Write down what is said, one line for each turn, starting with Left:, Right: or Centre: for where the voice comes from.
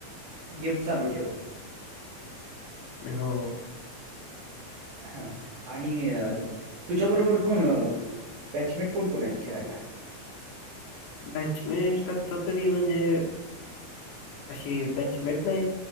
Right: गेम चालू ठेव
Left: हो
Right: हा आणि तुच्या बरोबर कोण बॅचमिंट कोून कोून अत खेलला
Left: बॅचमेट आता तरी म्हणजे अशी बॅचमेट नाही